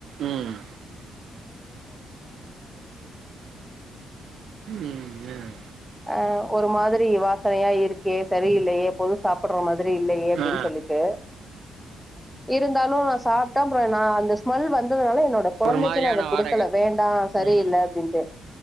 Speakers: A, on the right; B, in the centre.
A: ம் ம் ம்
B: அஹ் ஒரு மாதிரி வாசனையா இருக்கே சரியில்லையே எப்போதும் சாப்பிடுற மாதிரி மாதிரி இல்லையே அப்படின்னு
A: ஆ
B: சொல்லிட்டு இருந்தாலும் நான் சாப்பிட்டேன் அப்புறம் நான் அந்த ஸ்மெல் வந்ததுனால என்னோட குழந்தைக்கு
A: ஒரு மாதிரியான
B: நான் அதை குடுக்கல
A: வாடைகள்
B: வேண்டாம் சரியில்ல
A: ம்
B: அப்படின்ட்டு